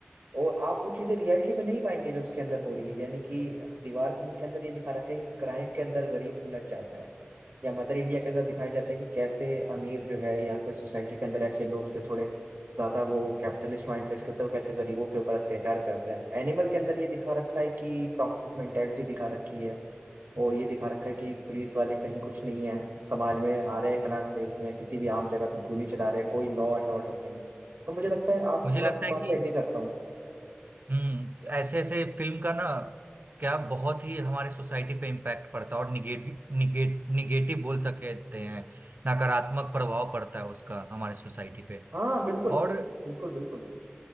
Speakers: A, on the right; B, on the right.
A: और आप वो चीजें रियलिटी में नहीं पाएंगे जो उसके अंदर हो रही है यानी कि दीवार फिल्म के अंदर ये दिखा रखा है कि क्राइम के अंदर गरीब उलझ जाता है या मदर इंडिया के अंदर दिखाया जाता है कि कैसे अमीर जो है या कोई सोसाइटी के अंदर ऐसे लोग जो थोड़े ज्यादा वो कैपिटलिस्ट माइंडसेट के होते हैं वो कैसे गरीबों के ऊपर अत्याचार करते हैं एनिमल के अंदर ये दिखा रखा है कि टॉक्सिक मेंटेलिटी दिखा रखी है और ये दिखा रखा है कि पुलिस वाले कहीं कुछ नहीं है समाज में आ रहे हैं कनॉट प्लेस में या किसी भी आम जगह पे गोली चला रहे हैं कोई लॉ एंड ऑर्डर नहीं है तो मुझे लगता है आप
B: मुझे
A: मैं
B: लगता
A: आपकी
B: है
A: बात
B: कि
A: से एग्री करता हूँ
B: हम्म ऐसे ऐसे फिल्म का ना क्या बहुत ही हमारे सोसाइटी पे इम्पैक्ट पड़ता है और निगेटिव निगेट, निगेटिव बोल सकते हैं नकारात्मक प्रभाव पड़ता है उसका हमारे सोसाइटी पे
A: हाँ बिल्कुल
B: और
A: बिल्कुल बिल्कुल